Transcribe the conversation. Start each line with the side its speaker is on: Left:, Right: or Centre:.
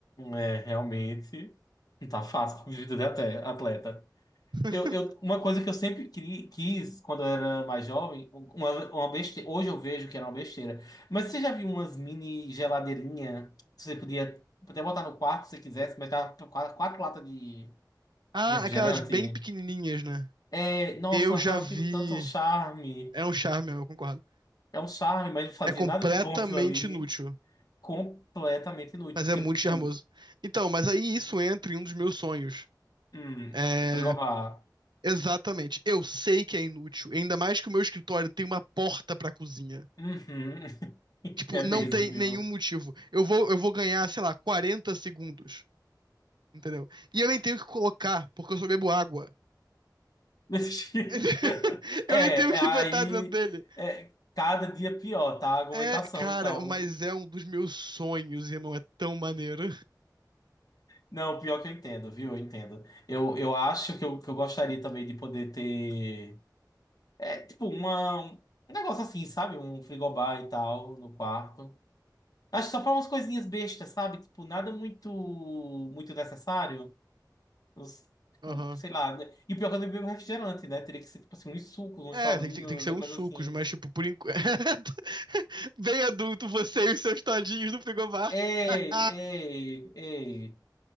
Left: É, realmente, não tá fácil pra vida de ate- atleta.
Right: <laughs>
Left: Eu, eu, uma coisa que eu sempre cri- quis quando eu era mais jovem, um, uma, uma besteira, hoje eu vejo que era uma besteira, mas você já viu umas mini geladeirinha que você podia até botar no quarto se você quisesse, mas dava quatro, quatro latas de,
Right: Ah,
Left: de refrigerante?
Right: aquelas bem pequenininhas, né?
Left: É, nossa,
Right: Eu
Left: eu
Right: já
Left: achava
Right: vi.
Left: aquilo tanto um charme.
Right: É um charme, eu concordo.
Left: É um charme, mas não fazia
Right: É completamente
Left: nada de bom aquilo ali.
Right: inútil,
Left: Completamente inútil.
Right: mas
Left: Porque,
Right: é muito
Left: tipo,
Right: charmoso. Então, mas aí isso entra em um dos meus sonhos.
Left: hum,
Right: É,
Left: frigobar.
Right: exatamente. Eu sei que é inútil, ainda mais que o meu escritório tem uma porta pra cozinha.
Left: Uhum. <laughs>
Right: Tipo,
Left: É
Right: não
Left: mesmo,
Right: tem
Left: viu?
Right: nenhum motivo. Eu vou, eu vou ganhar, sei lá, 40 segundos, entendeu? E eu nem tenho que colocar, porque eu só bebo água.
Left: <laughs>
Right: <laughs> Eu
Left: É,
Right: nem tenho
Left: é,
Right: que
Left: aí.
Right: botar dentro dele.
Left: é, cada dia pior, tá? A argumentação,
Right: É, cara,
Left: então.
Right: mas é um dos meus sonhos, irmão. É tão maneiro.
Left: Não, pior que eu entendo, viu? Eu entendo. Eu, eu acho que eu, que eu gostaria também de poder ter. É, tipo, uma, um um negócio assim, sabe? Um frigobar e tal no quarto. Acho que só pra umas coisinhas bestas, sabe? Tipo, nada muito muito necessário. Os- tipo,
Right: Aham.
Left: sei lá. né? E o pior é que eu não bebo refrigerante, né? Teria que ser, tipo assim, uns sucos, uns
Right: É,
Left: todinhos,
Right: tem que, ser- tem que ser
Left: uma
Right: uns
Left: coisa
Right: sucos,
Left: assim.
Right: mas, tipo, por enquanto. <laughs> Bem adulto, você e os seus todinhos no frigobar.
Left: Ei,
Right: <laughs>
Left: ei, ei.